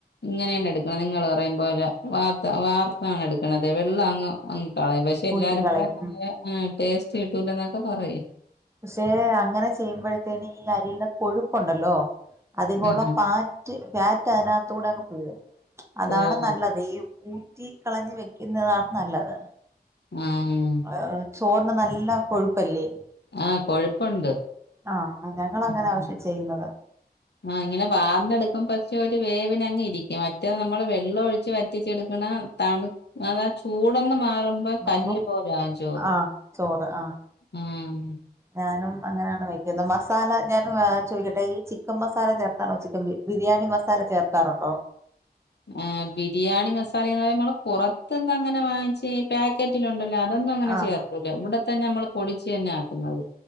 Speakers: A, on the left (about 90°); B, on the right (about 15°).
A: ഇങ്ങനേണ് എടുക്കണ നിങ്ങള് പറയും പോല വാർത്ത വാർ ആണ് എടുക്കണത് വെള്ളം അങ്ങ് അങ്ങ് കളയും പെശ്ശെ എല്ലാരും
B: ഊറ്റിക്കളയും
A: പറ അങ്ങനെ
B: ഉം
A: ആഹ് ടേസ്റ്റ് കിട്ടൂല്ലന്നൊക്കെ പറയും
B: ശ്ശേ അങ്ങനെ ചെയ്യുമ്പോഴത്തേന് ഈ അരിയിടെ കൊഴുപ്പൊണ്ടല്ലോ അതിക് ഒള്ള
A: ആഹ്
B: പാ റ്റ് ഫാറ്റ് അതിനാത്തൂടങ്ങ് പോഉം അതാണ്
A: ഓഹ്
B: നല്ലത് ഈഊ തീ കളഞ്ഞ് വെക്കുന്നതാണ് നല്ലത്
A: ഉം
B: ആ ചോറിന് നല്ല കൊഴുപ്പല്ലേ
A: ആഹ് കൊഴുപ്പുണ്ട്
B: ആഹ് ഞങ്ങളങ്ങനാ
A: ഉം
B: പക്ഷെ ചെയ്യുന്നത്
A: ആഹ് ഇങ്ങനെ വാർന്നെടുക്കും പക്ഷെ ഒരു വേവിനങ്ങിരിക്കും മറ്റേ നമ്മള് വെള്ളം ഒഴിച്ച് വറ്റിച്ചെടുക്കണം തണും അത് ആ ചൂടൊന്ന് മാറും കല്ല്
B: അപ്പം
A: പോലാവും ചോറ്
B: ആഹ് ചോറ് ആഹ്
A: മ്മ്
B: ഞാനും അങ്ങനാണ് വെക്കുന്ന മസാല ഞാനും ആ ചോയിക്കട്ടെ ഈ ചിക്കൻ മസാല ചേർ ണോ ചിക്കൻ ബി ബിരിയാണി മസാല ചേർക്കാറൊണ്ടോ
A: മ്മ് ആഹ് ബിരിയാണി മസാലേന്ന് പറയ് നമ്മള് പുറത്ത്ന്ന് അങ്ങനെ വാങ്ങിച്ചി പാക്കറ്റിലിണ്ടല്ലോ അതൊന്നു അങ്ങന
B: ആഹ്
A: ചേർക്കൂല ഇവ്ടത്തന്ന മ്മള് പൊടിച്ച് തന്നാ ആക്കുന്നത്